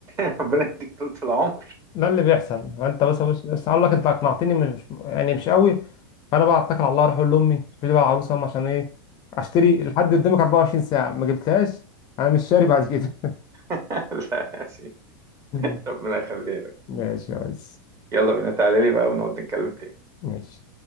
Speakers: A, on the right (about 25°); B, on the left (about 35°).
A: <laughs> ربنا يديك طولة العمر
B: ده اللي بيحصل فانت بس بس, بس هقول لك انت اقنعتني مش يعني مش قوي فانا بقى اتكل على الله اروح اقول لامي اشتري لي بقى العروسه أم عشان ايه اشتري لحد قدامك 24 ساعه ما جبتهاش انا مش شاري بعد كده
A: <laughs> لا يا سيدي
B: <laughs>
A: ربنا يخليها لك
B: ماشي يا ريس
A: يلا بينا تعالى لي بقى ونقعد نتكلم تاني
B: ماشي